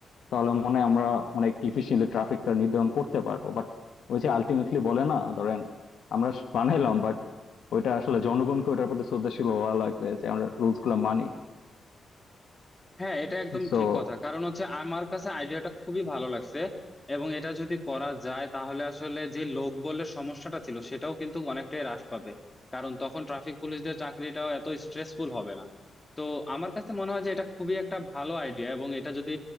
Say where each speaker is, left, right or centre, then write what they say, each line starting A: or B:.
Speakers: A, on the left (about 75°); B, on the left (about 20°).
A: তাহলে মনে হয় আমরা অনেক ইফিসিয়েন্টলি ট্রাফিকটা নির্ধারণ করতে পারবো বাট ওই যে আলটিমেটলি বলে না ধরেন আমরা বানাইলাম বাট ওইটা আসলে জনগণকে ওটার প্রতি শ্রদ্ধাশীল হওয়া লাগবে যে আমরা রুলস গুলা মানি
B: হ্যাঁ এটা একদম
A: So
B: ঠিক কথা কারণ হচ্ছে আমার কাছে আইডিয়াটা খুবই ভালো লাগছে এবং এটা যদি করা যায় তাহলে আসলে যে লোকবলের সমস্যাটা ছিল সেটাও কিন্তু অনেকটাই হ্রাস পাবে কারণ তখন ট্রাফিক পুলিশদের চাকরিটাও এত স্ট্রেসফুল হবে না তো আমার কাছে মনে হয় যে এটা খুবই একটা ভালো আইডিয়া এবং এটা যদি